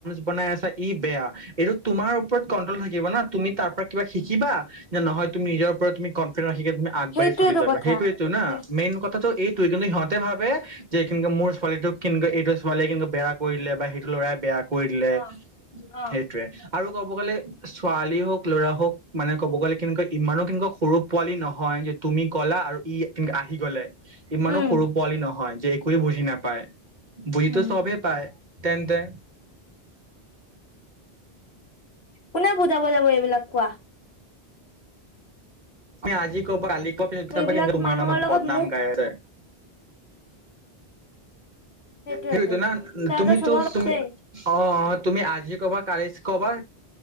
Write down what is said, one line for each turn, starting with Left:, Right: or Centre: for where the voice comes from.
Right: বনাই আছা ই বেয়া এইটো তোমাৰ ওপৰত কন্ট্ৰল থাকিব না তুমি তাৰ পৰা কিবা শিকিবা নে নহয় তুমি নিজৰ ওপৰত তুমি কনফিউ ৰাখিবা। তুমি আগবাঢ়ি
Left: সেইটোয়েতো
Right: চলি যাবা
Left: কথা
Right: সেইটোয়ে টো না
Left: উম
Right: মেইন কথাটো এইটো। তু কিন্তু সিহঁতে ভাবে যে কিন্তু মোৰ ছোৱালীটোক কিন্তু এইটো ছোৱালীয়ে কিন্তু বেয়া কৰি দিলে বা সেইটো ল'ৰাই বেয়া কৰি দিলে
Left: অ
Right: উ
Left: অ
Right: সেইটোৱে আৰু ক'ব গ'লে ছোৱালী হওঁক ল'ৰা হওঁক মানে ক'ব গ'লে কেনেকুৱা ইমানো কেনেকুৱা সৰু পোৱালি নহয় যে তুমি কলা আৰু ই আহি গলে ইমানো
Left: উম
Right: সৰু পোৱালি নহয় যে একোৱে বুজি নাপায় বুজি
Left: উম
Right: টো চবেই পায় তেন্তে
Left: কোনে বুজাব যাব এইবিলাক কোৱা
Right: তুমি আজি ক'বা কালি চবে চবভাগে
Left: এইবিলাক
Right: কেনেকে তোমাৰ
Left: মানুহৰ
Right: নামত
Left: লগত
Right: বদনাম
Left: মুখ
Right: গাই আছে
Left: সেইটোয়েতো
Right: সেইতো না
Left: তহঁতৰ
Right: তুমিতো
Left: স্বভাৱ
Right: তুমি
Left: আছেই
Right: অ অ তুমি আজি ক'বা কালি কবা